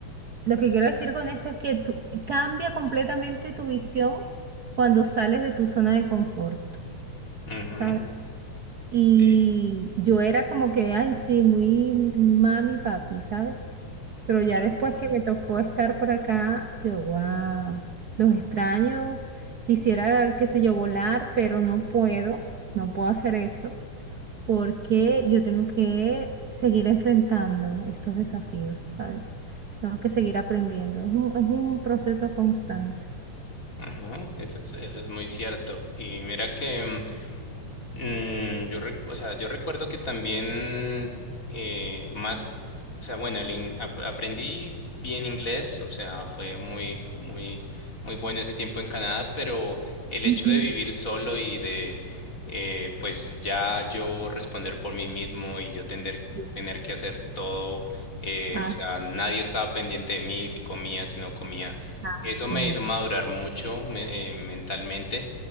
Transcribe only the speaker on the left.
ujú.
Sí.
Mm,
Ajá, eso es, eso es muy cierto. Y mira que mm, Mm, yo, rec- o sea, yo recuerdo que también eh, más, o sea, bueno, el in- ap- aprendí bien inglés, o sea, fue muy, muy, muy bueno ese tiempo en Canadá, pero el
hecho de vivir solo y de, eh, pues ya yo responder por mí mismo y yo tener,
tener que hacer todo, eh,
o sea, nadie estaba pendiente de mí si comía, si no comía.
Eso me hizo madurar mucho me- eh, mentalmente